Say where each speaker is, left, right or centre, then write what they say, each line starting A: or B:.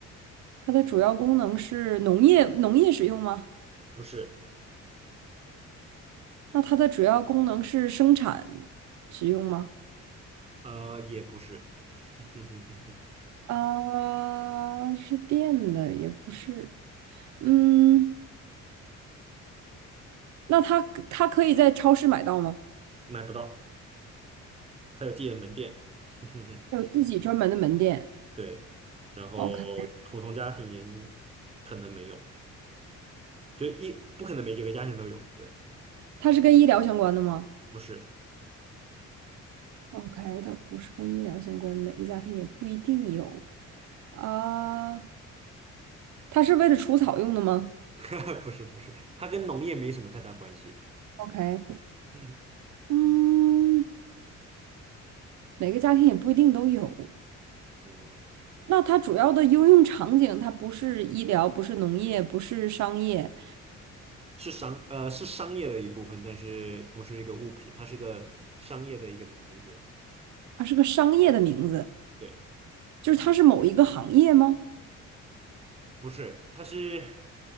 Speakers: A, on the right (about 70°); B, on the right (about 20°).
A: 它的主要功能是农业农业使用吗？
B: 不是，
A: 那它的主要功能是生产使用吗？
B: 呃，也不是，<laughs>
A: 啊，是电的，也不是。嗯，那它它可以在超市买到吗？
B: 买不到，它有自己的门店，<laughs>
A: 有自己专门的门店。
B: 对，然后普通家庭也
A: OK，
B: 可能没有，就一不可能每一个家庭都有，对，
A: 它是跟医疗相关的吗
B: 不是。
A: ？OK，它不是跟医疗相关的，每个家庭也不一定有。啊，它是为了除草用的吗
B: <laughs> 不是不是，它跟农业没什么太大关系。
A: ？OK，
B: 嗯
A: 嗯，每个家庭也不一定都有。
B: 嗯，
A: 那它主要的应用场景，它不是医疗，不是农业，不是商业，
B: 是商呃是商业的一部分，但是不是一个物品，它是一个商业的一个名字。
A: 它是个商业的名字，
B: 对，
A: 就是它是某一个行业吗？
B: 不是，它是